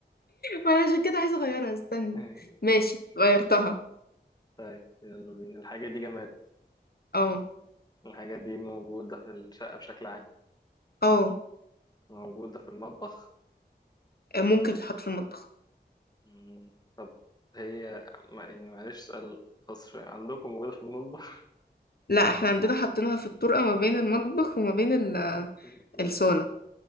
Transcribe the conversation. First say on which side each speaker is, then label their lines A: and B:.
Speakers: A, on the left; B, on the left.
A: وانا عشان كده عايزة اغيرها استنى
B: إيه،
A: ماشي
B: ماشي
A: غيرتها
B: طيب يلا بينا الحاجة دي جماد
A: اه
B: الحاجة دي موجودة في الشقة بشكل عام
A: اه
B: موجودة في المطبخ
A: ممكن تتحط في المطبخ
B: مم، طب هي ما- يعني معلش سؤال خاص شوية عندكم موجودة في المطبخ
A: لا احنا عندنا حاطينها في الطرقة ما بين المطبخ وما بين ال-
B: <laughs>
A: الصالة